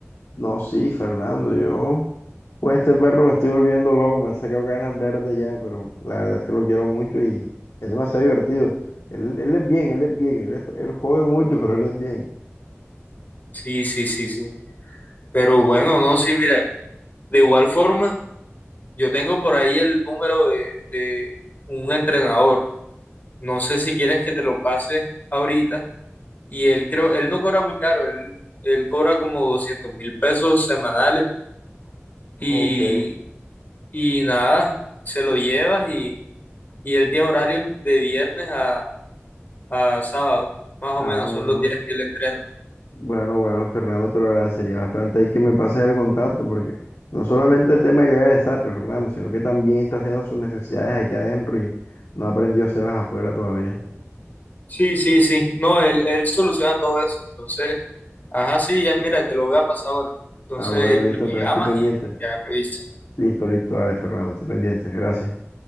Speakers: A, on the left; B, on the left.
A: No, sí, Fernando, yo. Pues este perro me estoy volviendo loco, me saca ganas verdes ya, pero la verdad es que lo quiero mucho y es demasiado divertido. Él, él es bien, él es bien, él, es- él jode mucho, pero él es bien.
B: Sí, sí, sí, sí. Pero bueno, no, sí, mira, de igual forma, yo tengo por ahí el número de, de un entrenador. No sé si quieres que te lo pase ahorita. Y él creo, él no cobra muy caro, él, él cobra como doscientos mil pesos semanales. Y,
A: Ok,
B: y nada, se lo llevas y, y él tiene horarios de viernes a, a sábado, más o
A: ah,
B: menos
A: bueno.
B: son los días que él entrena.
A: Bueno, bueno, Fernando, te lo agradecería bastante ahí que me pases el contacto, porque no solamente el tema de que haga desastre, Fernando, sino que también está haciendo sus necesidades aquí adentro y no aprendió a hacerlas afuera todavía.
B: Sí, sí, sí. No, él, él soluciona todo eso. Entonces, ajá, sí, ya, mira, te lo voy a pasar ahora. Entonces,
A: Ah, bueno, listo,
B: lo
A: entonces
B: llamas
A: estoy pendiente.
B: y ya revisas.
A: Listo, listo, dale, Fernando, estoy pendiente. Gracias.